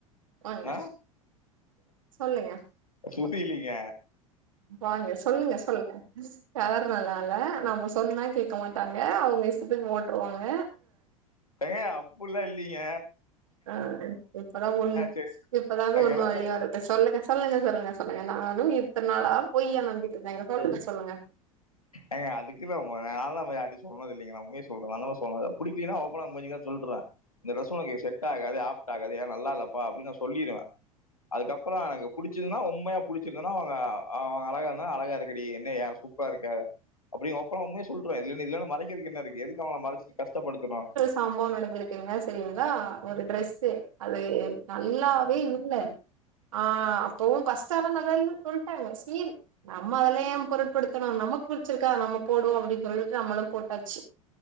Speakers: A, on the right (about 65°); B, on the left (about 80°).
A: வாங்க
B: என்ன
A: சொல்லுங்க
B: புரியிலீங்க
A: வாங்க சொல்லுங்க சொல்லுங்க கலர் நல்லா இல்ல நம்ப சொன்னா கேக்க மாட்டாங்க அவங்க இஷ்டத்துக்கு போட்டுருவாங்க
B: ஏங்க அப்படிலா இல்லிங்க
A: ஆ இப்பத ஒன்னு
B: சரி
A: இப்பதாங்க
B: எனக்கு
A: ஒன்னு
B: எல்லோ கலர்
A: வழியா இருக்கு சொல்லுங்க சொல்லுங்க சொல்லுங்க சொல்லுங்க நானு இத்தன நாளா பொய்யா நம்பிட்டு இருந்தேங்க சொல்லுங்க சொல்லுங்க
B: ஏங்க அதுக்குமே உங்கள நான்லா போய் யார்டையு சொன்னது இல்லைங்க நா உண்மைய சொல்றங்க நல்லவ சொன்னாரு புடிக்கலைன்னா ஓப்பன்னா மூஞ்சிக்கு நேர சொல்றா இந்த டிரெஸ் உனக்கு செட் ஆகாது ஆப்ட் ஆகாது ஏனா நல்லா இல்லப்பா அப்டின்னு நா சொல்லிருவே அதுக்கப்பறோ அங்க புடிச்சதுன்னா உண்மையா புடிச்சிருக்குன்னா அவன் அவங்க அழகா இருந்தா அழகா இருக்க டி என்னைய யாரு கூப் கருப்பா இருக்க அப்டின்னு ஒப்பன்னா உண்மைய சொல்ருறோ இதுலே இருந்து இதுல என்ன மறைக்கிறதுக்கு என்ன இருக்கு எதுக்கு அவங்கள மறைச்சிட்டு கஷ்டப்படுத்தனு
A: சம்பவ நடந்திருக்கு சரிங்களா ஒரு ட்ரெஸ்சு அது நல்லாவே இல்ல ஆ அப்பவு பஸ் ஸ்டாண்ட வேலனு சொல்ட்டாங்க சீவி நம்ம அதெல்ல ஏன் பொருட்படுத்தணு நமக்கு புடிச்சிருக்கா நம்ம போடுவோ அப்படின்னு சொல்லிட்டு நம்மளும் போட்டு டச்சு